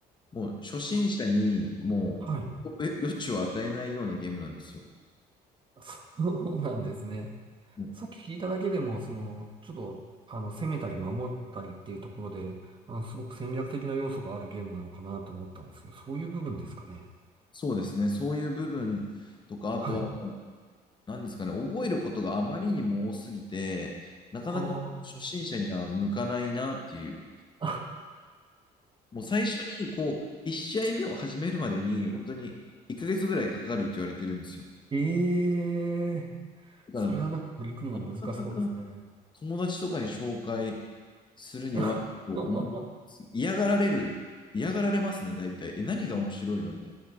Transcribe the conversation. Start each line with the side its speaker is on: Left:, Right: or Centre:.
Left: もう初心者にもう余地を与えないようなゲームなんですよ。
Right: あはい、<laughs> そうなんですね。
Left: もう
Right: さっき聞いただけでも、その、ちょっと、あの、攻めたり守ったりっていうところで、あの、すごく戦略的な要素があるゲームなのかなと思ったんですけど、そういう部分ですかね。
Left: そうですね、そういう部分とか、あとはもう、
Right: はい。
Left: なんですかね、覚えることがあまりにも多すぎて、なかなか初心者には向かないなっていう
Right: はあ。<laughs> あ
Left: もう最初に、こう、1試合目を始めるまでに、本当に1ヶ月ぐらいかかるって言われてるんですよ。
Right: ええ、
Left: だから、
Right: それはなんか取り組むの難しそうですね。
Left: なかなか友達とかに紹介するには、
Right: <laughs>
Left: 思う嫌がられる、嫌がられますね、大体。え、何が面白いのみたい